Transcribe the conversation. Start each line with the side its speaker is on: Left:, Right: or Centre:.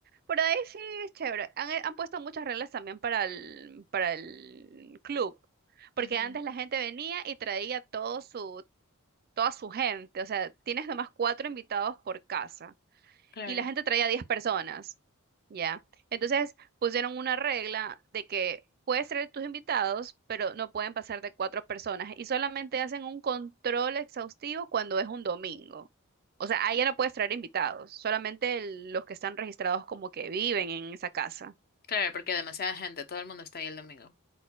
Right: por ahí sí es chévere. Han, eh, han puesto muchas reglas también para el, para el club, porque
Left: Ujú,
Right: antes la gente venía y traía todo su, toda su gente, o sea, tienes nomás cuatro invitados por casa
Left: Claro,
Right: y la gente traía 10 personas, ¿ya? Entonces pusieron una regla de que puedes traer tus invitados, pero no pueden pasar de cuatro personas y solamente hacen un control exhaustivo cuando es un domingo. O sea, ahí ya no puedes traer invitados, solamente el- los que están registrados como que viven en esa casa.
Left: claro, porque demasiada gente, todo el mundo está ahí el domingo.